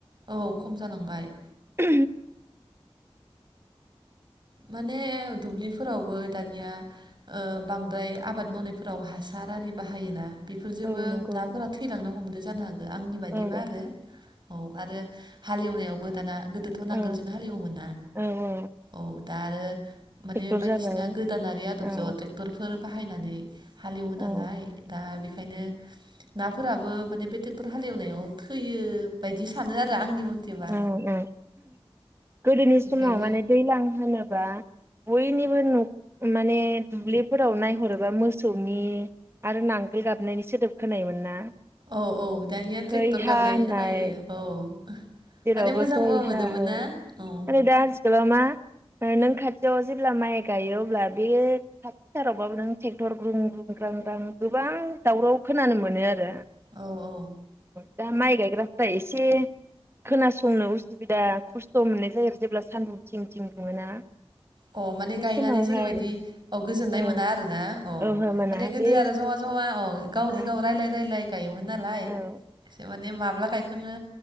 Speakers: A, on the right (about 50°); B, on the right (about 25°).
A: औ खम जालांबाय।
B: औ।
A: माने दुब्लिफोरावबो दानिया बांद्राय आबाद मा? वनायफोराव हासार आरि बाहायोना? बेफोरजोबो
B: औ नंगौ
A: नाफोरा थैलांनो हमदो। जानो। आंनि बायदिबा
B: औ
A: आरो, औ आरो हालेवनायावबो दाना गोदोथ' नांगोलजोंनो
B: औ
A: हालेवोमोनना
B: औ औ
A: औ। दा आरो माने
B: ट्रेक्टर
A: बायदिसिना
B: जाबाय औ
A: गोदानारि आदब
B: औ
A: ज ट्रेक्टरफोर। बाहायनानै हालेवो नालाय
B: औ
A: दा बे ओंखायनो नाफोराबो माने बे ट्रेक्टर हालेवनायाव थैयो बायदि सानो आरो आंनि मथेबा
B: औ औ गोदोनि
A: बेखायनो
B: समाव माने दैज्लां होनोबा, बयनिबो न' माने दुब्लिफोराव नायहरोबा मोसौनि आरो नांगोल गाबनायनि सोदोब खोनायोन ना?
A: औ औ दानिया ट्रेक्टर
B: है हा
A: गाबनाय
B: होननाय
A: खोनायो औ
B: जेरावबो
A: माने मोजांबो
B: हो हा
A: मोनोमोन
B: औ
A: ना औ
B: आरो दा, आथिखालाव मा नों खाथियाव जेब्ला माइ गायो अब्ला बे खाथि सारावबाबो नों ट्रेक्टर ग्रुं ग्रुं ग्रां ग्रां गोबां दावराव खोनानो मोनो आरो
A: औ औ
B: दा माइ गायग्राफोरा एसे, खोनासंनो उसुबिदा खस्थ' मोननाय जायो आरो जेब्ला सान्दुं थिं थिं दुङोना,
A: अ माने
B: बे
A: गायनानै
B: समावहाय
A: जेरैबायदि अ गोजोननाय
B: ओं
A: मोना आरो ना अ
B: ओहो मोना
A: माने गोदो
B: बे
A: आरो जमा जमा अ गावनि
B: औ
A: गाव राय्लाय रायलाय, गायोमोन नालाय
B: औ
A: एसे माने माब्ला गाय खाङो